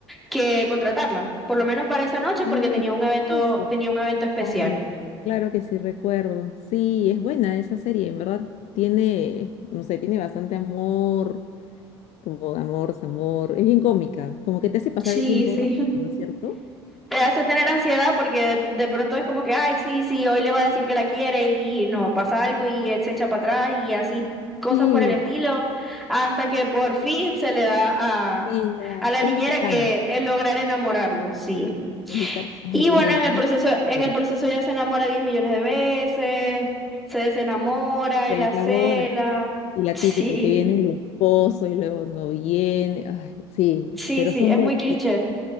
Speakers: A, in the centre; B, on the left (about 55°).
A: que contratarla, por lo menos para esa noche
B: Ah,
A: porque tenía
B: qué
A: un
B: chistoso.
A: evento, tenía un evento especial.
B: Ah, claro que sí recuerdo. Sí, es buena esa serie, en verdad tiene, no sé, tiene bastante amor, como amor, amor. Es bien cómica, como que te hace pasar
A: Sí,
B: el tiempo
A: sí.
B: rápido, ¿no es cierto?
A: te hace tener ansiedad porque de, de pronto es como que, ay, sí, sí, hoy le va a decir que la quiere y no, pasa algo y él se echa para atrás y así cosas
B: Sí,
A: por el estilo, hasta que por fin se le da a,
B: sí, ya.
A: a la
B: Es
A: niñera
B: mexicana.
A: que el lograr enamorarlo, sí.
B: Mexicana. Ay,
A: Y bueno,
B: es buenísima
A: en el proceso,
B: esa
A: en
B: serie.
A: el proceso ya se enamora 10 millones de veces, se desenamora, él
B: Sí,
A: la cela,
B: sabor. Y la
A: sí.
B: típica que viene el esposo y luego no viene. Ay, sí,
A: Sí,
B: pero
A: sí,
B: son
A: es
B: buenas.
A: muy cliché.